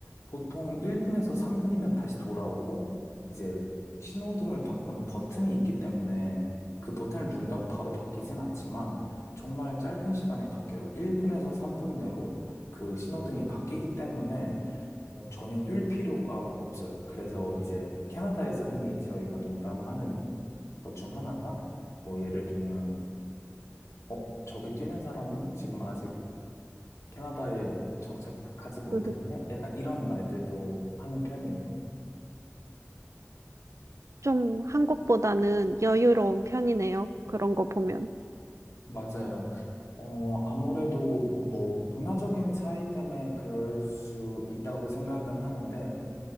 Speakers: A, on the left; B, on the right.
A: 보통 1분에서 3분이면 다시 돌아오고, 이제 신호등을 바꾸는 버튼이 있기 때문에 그 버튼을 누른다고 바로 바뀌진 않지만, 정말 짧은 시간에 바뀌어요. 1분에서 3분 내로 그 신호등이 바뀌기 때문에 어, 전혀 뛸 필요가 없어요. 그래서 이제 캐나다에서 흔히 저희가 농담하는 것 중 하나가, 뭐 예를 들면, 어, 저기 뛰는 사람은 지금 아직 캐나다에 정착하지 못했네?
B: <laughs>
A: 약간 이런 말들도 하는 편이에요.
B: 좀 한국보다는 여유로운 편이네요. 그런 거 보면.
A: 맞아요. 어, 아무래도 뭐 문화적인 차이 때문에 그럴 수 있다고 생각은 하는데,